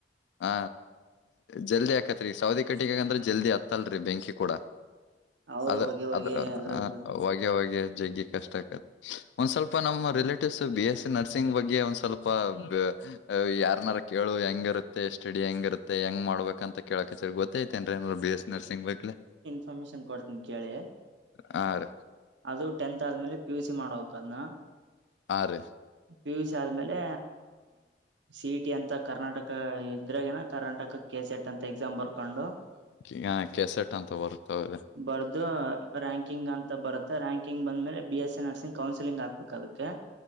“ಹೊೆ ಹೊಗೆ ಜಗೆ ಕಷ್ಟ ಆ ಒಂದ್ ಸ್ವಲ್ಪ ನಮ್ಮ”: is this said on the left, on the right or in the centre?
Left